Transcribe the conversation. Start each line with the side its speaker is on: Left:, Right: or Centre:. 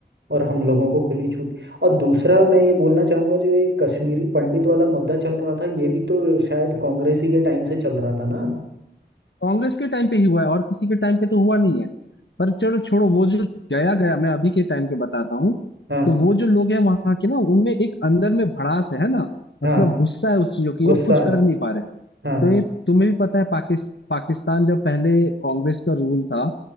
Right: और हम लोगों को खुली छूट और दूसरा मैं ये बोलना चाहूंगा जो ये कश्मीरी पंडित वाला मुद्दा चल रहा था ये भी तो शायद कांग्रेस ही के टाइम से चल रहा था ना
Left: कांग्रेस के टाइम पे ही हुआ है और किसी के टाइम पे तो हुआ नहीं है पर चलो छोड़ो वो जो गया गया मैं अभी के टाइम के बताता हूँ
Right: हाँ
Left: तो वो जो लोग हैं वहां के ना उनमें एक अंदर में भड़ास है है ना
Right: हाँ
Left: मतलब गुस्सा है उस चीजों की
Right: गुस्सा
Left: वो अब कुछ
Right: है
Left: कर नहीं पा रहे
Right: हाँ
Left: तो
Right: हाँ
Left: ये तुम्हें भी पता है पाकिस, पाकिस्तान जब पहले कांग्रेस का रूल था